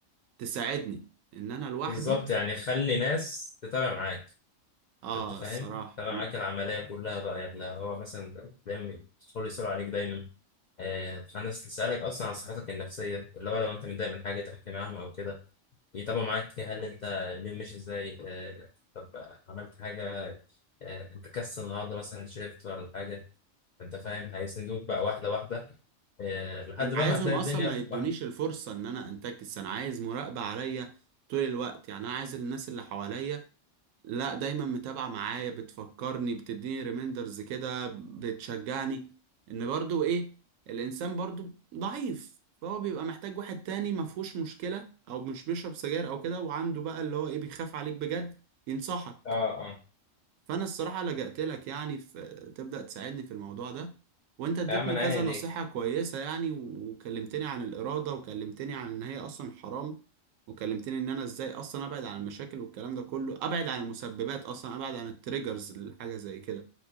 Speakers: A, on the right; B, on the left.
A: تساعدني إن أنا لوحدي
B: بالظبط يعني خلي ناس تتابع معاك
A: آه
B: انت فاهم
A: الصراحة
B: تتابع
A: أنا
B: معاك العمليه كلها بقى يعني لا هو مثلا دايما يدخل يسألوا عليك دايما آه، ناس تسألك أصلا عن صحتك النفسية اللي هو لو أنت متضايق من حاجة تحكي معاهم أو كده يتابعوا معاك هل أنت اليوم ماشي إزاي آه، طب عملت حاجة آه، أنت كسل النهاردة مثلا شربت ولا حاجة أنت فاهم هيسندوك بقى واحدة واحدة آه، لحد
A: أنا
B: بقى
A: عايزهم
B: ما هتلاقي
A: أصلا
B: الدنيا
A: ما يدونيش
B: واحدة
A: الفرصة إن أنا أنتكس أنا عايز مراقبة عليا طول الوقت يعني أنا عايز الناس اللي حواليا لا دايما متابعة معايا بتفكرني بتديني ريميندرز كده بتشجعني ان برضو ايه الانسان برضو ضعيف فهو بيبقى محتاج واحد تاني ما فيهوش مشكلة او مش بيشرب سجاير او كده وعنده بقى اللي هو ايه بيخاف عليك بجد ينصحك
B: اه اه
A: فانا الصراحه لجأت لك يعني في تبدأ تساعدني في الموضوع ده وانت اديتني
B: يا عم أنا
A: كذا
B: عيني
A: نصيحه
B: ليك
A: كويسه يعني و- وكلمتني عن الاراده وكلمتني عن ان هي اصلا حرام وكلمتني ان انا ازاي اصلا ابعد عن المشاكل والكلام ده كله ابعد عن المسببات اصلا ابعد عن التريجرز لحاجه زي كده